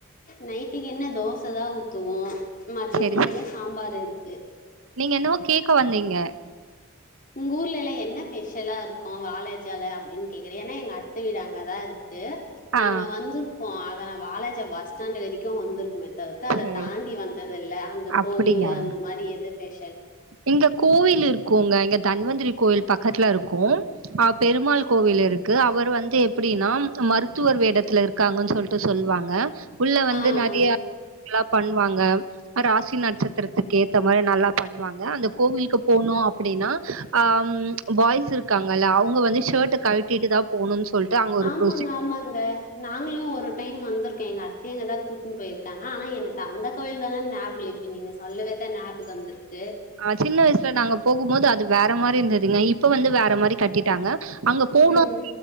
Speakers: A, on the left; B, on the right.
A: நைட்டுக்கு என்ன தோசைதா ஊத்துவோ மத்ய
B: சரி,
A: செஞ்ச
B: சரி.
A: சாம்பார் இருக்கு
B: நீங்க என்னவோ கேட்க வந்தீங்க
A: உங்க ஊர்ல எல்லா என்ன ஃபெஷலா இருக்கு வாலாஜால அப்டின் கேக்கறே ஏனா எங் அத்த வீடு அங்கதா இருக்கு நாங்க
B: ஆ
A: வந்திருக்கோ அத ந வாலாஜா பஸ் ஸ்டாண்ட்டு வரைக்கு வந்திருக்குமே தவித் த்து அத
B: சரி.
A: தாண்டி வந்ததில்ல அங்க
B: அப்படியா?
A: கோவில்லு அந்த மாரி எது ஃபெஷல்
B: இங்க கோவில் இருக்குங்க எங்க தன்வந்திரி கோவில் பக்கத்துல இருக்கு அ பெருமாள் கோவில் இருக்கு அவர் வந்து எப்டின்னா மருத்துவர் வேடத்துல இருக் காங்கன் சொல்ட்டு சொல்லுவாங்க உள்ள வந்து
A: ஆஹ்
B: நெறையா <inaudible> பண்ணுவாங்க ராசி நட்சத்திரத்துக்கு ஏத்த மாரி நல்லா பண்ணுவாங்க அந்த கோவிலுக்கு போனு அப்டினா அம் பாய்ஸ் இருக்காங்கல்ல அவங்க வந்து ஷர்ட்டை கலட்டிட்டு தா போனுன் சொல்ட்டு அங்க ஒரு
A: ஆமாங்க
B: ப்ரோசி
A: ஆமாங்க நாங்களு ஒரு டைம் வந்திருக்கே எங்க அத்தயங்க தா கூட்டுன் போயிருக்காங்க ஆனா எனக்கு அந்த கோயில் தானேன் ஞாபகில்லைங் இப்ப நீங்க சொல்லவே தா ஞாபக வந்திருக்கு
B: ஆ சின்ன வயசுல நாங்க போகும் போது அது வேற மாரி இருந்துதுங்க இப்ப வந்து வேற மாரி கட்டிட்டாங்க அங்க போனு
A: ம்
B: <inaudible>